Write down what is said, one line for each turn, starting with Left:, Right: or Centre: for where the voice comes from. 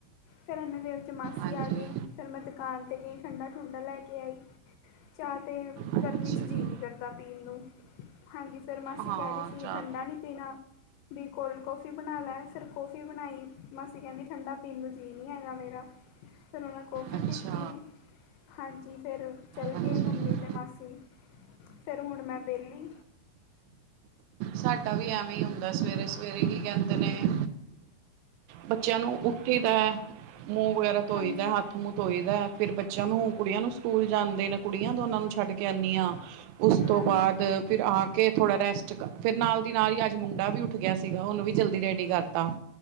Left: ਫਿਰ ਇਨਾ ਦੇ ਵਿੱਚ ਮਾਸੀ
Right: ਹਾਂਜੀ
Left: ਆਗੇ ਫਿਰ ਮੈਂ ਦਕਾਨ 'ਤੇ ਗਈ, ਠੰਡਾ- ਠੁੰਡਾ ਲੈ ਕੇ ਆਈ। ਚਾਅ ਤੇ
Right: ਅੱਛਾ
Left: ਗਰਮੀ 'ਚ ਜੀਅ
Right: ਜੀ
Left: ਨੀਂ ਕਰਦਾ ਪੀਣ ਨੂੰ, ਹਾਂਜੀ ਫਿਰ ਮਾਸੀ
Right: ਹਾਂ
Left: ਕੈਅਰੇ ਸੀਗੇ
Right: ਚਾਰ
Left: ਠੰਡਾ ਨੀ ਪੀਣਾ। ਵੀ ਕੋਲਡ ਕੋਫੀ ਬਣਾ ਲੈ ਫਿਰ ਕੋਫੀ ਬਣਾਈ। ਮਾਸੀ ਕੈਂਦੀ ਠੰਡਾ ਪੀਣ ਨੂੰ ਜੀਅ ਨੀਂ ਹੈਗਾ ਮੇਰਾ, ਫਿਰ ਉਹਨਾ ਕੋਫੀ
Right: ਅੱਛਾ
Left: ਪੀਤੀ। ਹਾਂਜੀ ਫਿਰ ਚਲਗੇ
Right: ਹਾਂਜੀ
Left: ਮੰਮੀ ਤੇ ਮਾਸੀ, ਫਿਰ ਹੁਣ ਮੈਂ ਵੇਅਲੀ।
Right: ਸਾਢਾ ਵੀ ਐਵਏਂ ਈ ਹੁੰਦੈ ਸਵੇਰੇ- ਸਵੇਰੇ ਕੀ ਕੈਂਦੇ ਨੇਅ ਬੱਚਿਆਂ ਨੂੰ ਉੱਠੀਦੈ ਮੂੰ ਵਗੈਰਾ ਧੋਈ
Left: ਹਾਂਜੀ
Right: ਦੈ ਹੱਥ ਮੂੰ ਧੋਈ ਦੈ, ਫਿਰ ਬੱਚਿਆਂ ਨੂੰ ਕੁੜੀਆ ਨੂੰ ਸਕੂਲ ਜਾਂਦੇਨ ਕੁੜੀਆਂ ਦੋਨਾਂ ਨੂੰ ਛੱਡ ਕੇ ਆਂਨੀਆਂ, ਉਸ ਤੋ
Left: ਹਾਂਜੀ
Right: ਬਾਅਦ ਫਿਰ ਆ ਕੇ ਥੋੜ੍ਹਾ ਰੈਸਟ ਕਰ ਫਿਰ ਨਾਲ ਦੀ ਨਾਲੀ ਅੱਜ ਮੁੰਡਾ ਵੀ ਉੱਠ ਗਿਆ ਸੀਗਾ ਉਹਨੂੰ ਵੀ ਜਲਦੀ ਰੈਡੀ ਕਰਤਾ।